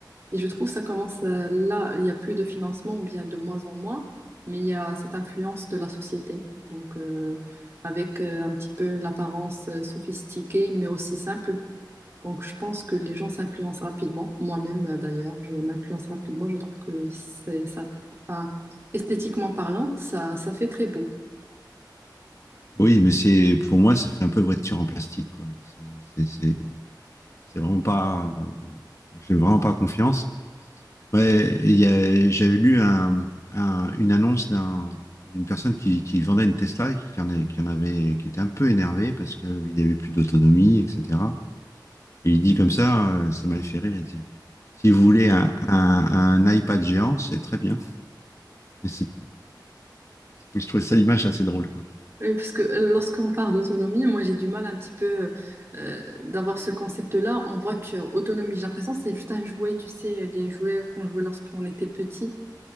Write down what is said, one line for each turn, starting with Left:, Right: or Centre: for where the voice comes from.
Right: Et je trouve que ça commence euh, là, il n'y a plus de financement ou bien de moins en moins, mais il y a cette influence de la société. Donc, euh, avec euh, un petit peu l'apparence euh, sophistiquée, mais aussi simple. Donc, je pense que les gens s'influencent rapidement. Moi-même, euh, d'ailleurs, je m'influence rapidement. Je trouve que c'est ça, enfin, esthétiquement parlant, ça, ça fait très beau.
Left: oui, mais c'est, pour moi, ça fait un peu voiture en plastique, quoi. C'est, c'est, c'est- c'est vraiment pas, euh, j'ai vraiment pas confiance. Ouais, il y a- j'avais lu un- un- une annonce d'un- d'une personne qui, qui vendait une Tesla et qui en, est- qui en avait, qui était un peu énervée parce qu'il n'y avait plus d'autonomie, etc. Et il dit comme ça, euh, ça m'a fait rire. il dit, si vous voulez un, un- un iPad géant, c'est très bien. Mais c'est- je trouvais ça l'image assez drôle, quoi.
Right: Oui, parce que euh, lorsqu'on parle d'autonomie, moi j'ai du mal un petit peu euh, d'avoir ce concept-là. On voit que euh, autonomie, j'ai l'impression que c'est juste un jouet, tu sais, les jouets qu'on jouait lorsqu'on était petit.